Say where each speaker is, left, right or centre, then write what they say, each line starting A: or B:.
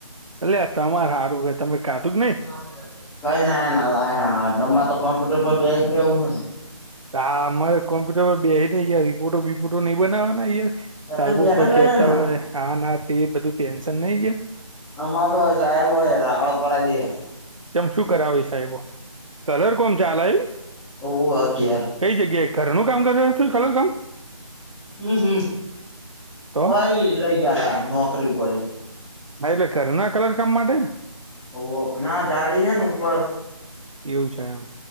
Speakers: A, on the right (about 75°); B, in the centre.
A: અલ્યા તમાર હારું હ, તમે કાધું કે નઈ?
B: આ રા બધા. કઈ ને ના લાયા, તમાર તો કોમ્પ્યુટર પર બેહીજ રેવું હન?
A: તા અમાર કોમ્પ્યુટર પર બેહી ને અયા રિપોર્ટો બિપોર્ટો નય બનાવાના યાર
B: હે એ
A: સાઈબો
B: તો બેઠા
A: કોઈ
B: બેઠા
A: કેતા
B: ને
A: હોય હા ના તે બધું ટેન્શન નય એ.
B: અમાર તો સાહેબ હોય, રાળો પળાઈ દેહ.
A: કેમ શું કરાવી સાઈબો, કલર કોમ ચાલે ઈમ?
B: હોવ ઘેર
A: કઈ જગ્યાએ? ઘરનું કામ કરો છો, કલર કામ?
B: અહ,
A: તો
B: ઓય લઈ ગ્યાતા નોકરી પર ઈ.
A: હા, એટલે ઘરના કલર કામ માટેને.
B: ઓ ના જાડી હે ને ઉપર
A: એવું છે એમ,